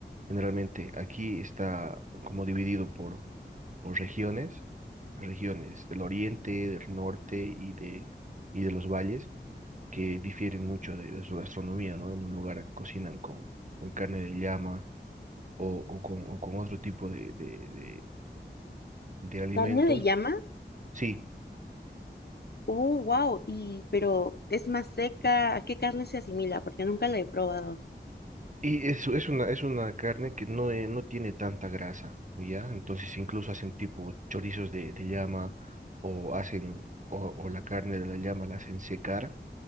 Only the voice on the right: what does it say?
Generalmente aquí está como dividido por, por regiones, regiones del oriente, del norte y de, y de los valles, que difieren mucho de, de su gastronomía, ¿no? En un lugar cocinan con, con carne de llama o, o con, o con otro tipo de, de, de alimentos.
Sí,
y eso es una, es una carne que no, eh, no tiene tanta grasa, ¿ya? Entonces incluso hacen tipo chorizos de, de llama o hacen, o, o la carne de la llama la hacen secar,